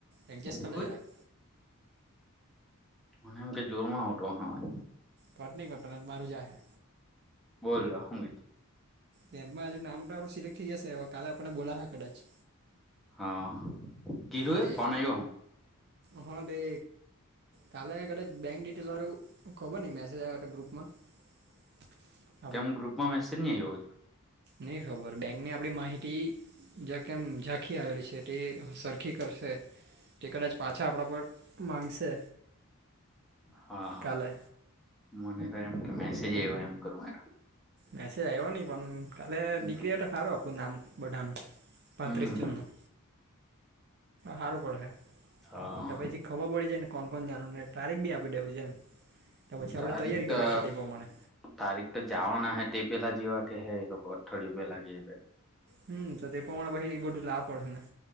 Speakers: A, on the right; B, in the centre.
A: એડજસ્ટ કરી
B: એવું
A: લે
B: હે?
A: જરાક.
B: મને એમ કે જોરમાં આવતો હસે અવાજ.
A: કટની કરતો નઇ તો મારું જા હે.
B: બોલો હું હે.
A: કેમ્પમાં હજુ નામ પણ સિલેક્ટ થઈ જશે હ કાલે આપણે બોલા હા કદાચ.
B: હા કીધું
A: તે
B: એ ફોન આયો.
A: હા દે. કાલે કદાચ બેંક ડિટેલ વાળું ખબર નહી મેસેજ આયો હોય તો ગ્રુપ માં. <inaudible>
B: કેમ ગ્રુપમાં મેસેજ નઈ આયો હોય.
A: નહી ખબર બેંકની આપણી માહિતી. જે કેમ ઝાંખી આવેલી છે તે સરખી કરશે. ટિકટ જ પાછા આપણા પણ માંગશે.
B: હા હા,
A: કાલે
B: મને તો એમ કે મેસેજ આવ્યો એમ કરું.
A: મેસેજ આયો ની પણ. કાલે નીકળી
B: ગ્રુપ
A: તો હારું આપનુ નામ બધાનું પાંત્રીસ
B: હમ
A: જનનું. હારું પડ હે
B: હા
A: તો પછી. ખબર પડી જ ને કોણ કોણ જાનને તારીખ બી આપી દેવું છે. તો પછી આપણે
B: તારીખ
A: તૈયારી કરી
B: તો
A: રાખીએ તે એ પ્રમાણે.
B: તારીખ તો જવા ના હે તે પેલા જવા કે હે એ લોકો અઠવાડી પેલા ગ એ બે.
A: હમ તો તે પ્રમાણે પહી બધું લાવું પડશે ને.